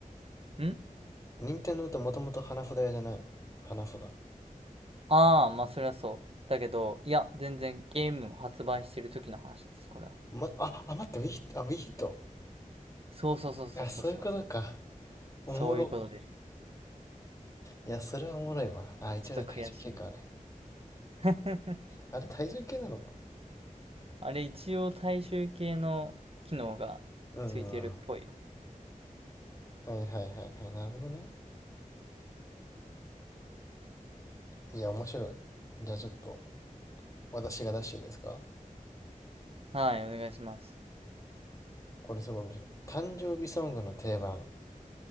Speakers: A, on the right; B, on the left.
A: ん
B: 任天堂ってもともと花札屋じゃないの花札。
A: ああ、まあそりゃそう。だけど、いや、全然ゲームを発売してる時の話です、これは。
B: ま、あ、あ、待って、ウィヒット、あ、ウィヒット。
A: そうそうそうそうそうそう。
B: あ、そういうことか。おもろ。
A: そういうことです。
B: いや、それはおもろいわ。あ、一応体重計か、
A: ちょっと悔しい。
B: あれ。
A: <laughs>
B: あれ体重計なのか。
A: あれ、一応大衆系の機能がついてるっぽいよ。
B: うんうんうん。はいはいはいはい。なるほどね。いや、面白い。じゃあちょっと、私が出していいですか
A: はい、お願いします。
B: これすごい面白い。誕生日ソングの定番。